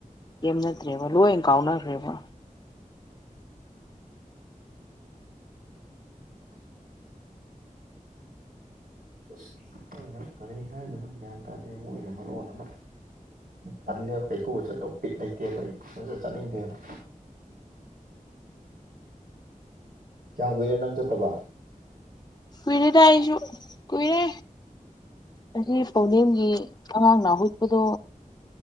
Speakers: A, on the left; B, on the right.
A: ꯀꯦꯝꯅꯗ꯭ꯔꯦꯕ ꯂꯣꯏꯅ ꯀꯥꯎꯅꯈ꯭ꯔꯦꯕ꯫
B: <inaudible> ꯑꯁ ꯈꯪꯗꯔꯦ ꯀꯔꯤ ꯍꯥꯏꯗꯅꯣ ꯒ꯭ꯌꯥꯟ ꯇꯥꯗꯦ ꯃꯣꯏꯅ ꯃꯔꯣꯟ ꯑꯃ ꯇꯜꯂꯦꯕ ꯂꯩꯊꯣꯛꯆꯠ꯫ ꯇꯣꯞꯄꯤꯛ ꯂꯩꯇꯦꯕ ꯑꯩ꯫ ꯁꯨꯡꯆꯠ ꯆꯠꯅꯤꯡꯗꯦꯕ꯫ ꯀꯌꯥꯝ ꯀꯨꯏꯔꯦ ꯅꯪ ꯆꯠꯇꯕ꯫
A: ꯀꯨꯏꯔꯦꯗꯥꯏ ꯑꯩꯁꯨ ꯀꯨꯏꯔꯦ ꯑꯁꯤ ꯄꯥꯎꯅꯝꯒꯤ ꯑꯉꯥꯡꯅꯍꯨꯠꯄꯗꯣ꯫